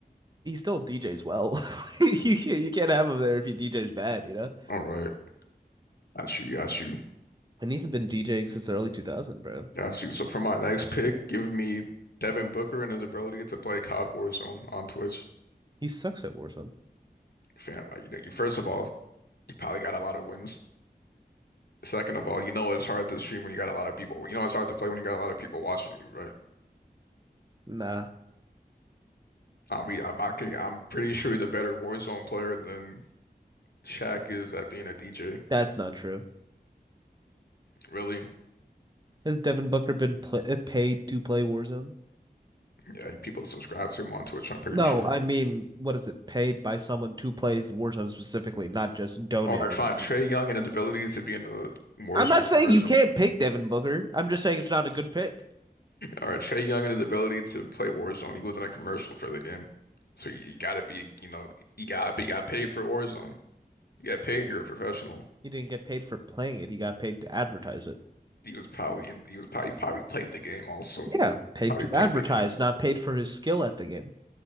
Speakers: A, on the right; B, on the left.
A: he still DJs well. <laughs> You can't you can't have him there if he DJs bad, you know?
B: All right, got you, got you,
A: And he's been DJing since the early 2000, bro.
B: got you. So for my next pick, give me Devin Booker and his ability to play COD Warzone on Twitch.
A: He sucks at Warzone.
B: Fam, like, you know, you first of all, you probably got a lot of wins. Second of all, you know it's hard to stream when you got a lot of people. You know it's hard to play when you got a lot of people watching you, right?
A: Nah,
B: I mean, I'm I can, I'm pretty sure he's a better Warzone player than Shaq is at being a DJ.
A: that's not true.
B: Really?
A: Has Devin Booker been pl uh, paid to play Warzone?
B: Yeah, people subscribe to him on Twitch, I'm pretty
A: No,
B: sure.
A: I mean, what is it? Paid by someone to play Warzone specifically, not just donated
B: All right, fine.
A: to.
B: Trae Young and his ability to be in a Warzone
A: I'm not saying
B: commercial.
A: you can't pick Devin Booker. I'm just saying it's not a good pick.
B: All right, Trae Young and his ability to play Warzone. He was in a commercial for the game. So you, gotta be, you know, you got you got paid for Warzone. You got paid, you're a professional.
A: He didn't get paid for playing it. He got paid to advertise it.
B: He was probably in, he was probably probably played the game also.
A: Yeah, paid
B: Probably
A: to
B: played
A: advertise,
B: the game.
A: not paid for his skill at the game.